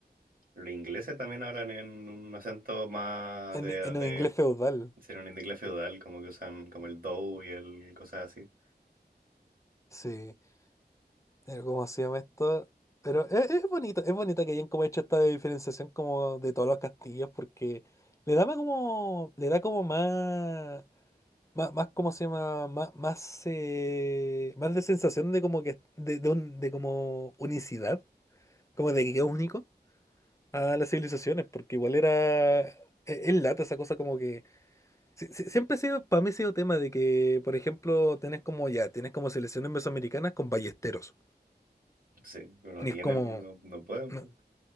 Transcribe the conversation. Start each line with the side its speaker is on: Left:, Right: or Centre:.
Right: los ingleses también hablan en un acento más
Left: En,
Right: de,
Left: en
Right: de
Left: un inglés feudal.
Right: ser un inglés feudal, como que usan como el do y el cosas así.
Left: Sí, pero ¿cómo se llama esto? Pero es, es bonito, es bonito que hayan como hecho esta diferenciación como de todos los castillos porque le da más como, le da como más, más, más ¿cómo se llama? Más, más, eh, más de sensación de como que, de, de un- de como unicidad, como de que es único. a las civilizaciones, porque igual era... e- Es lata esa cosa como que... si- si- Siempre ha sido, para mí ha sido tema de que, por ejemplo, tenés como ya, tienes como selecciones mesoamericanas con ballesteros.
Right: Sí, pero no
Left: Y
Right: tiene,
Left: es como,
Right: no, no pueden.
Left: no,
Right: po.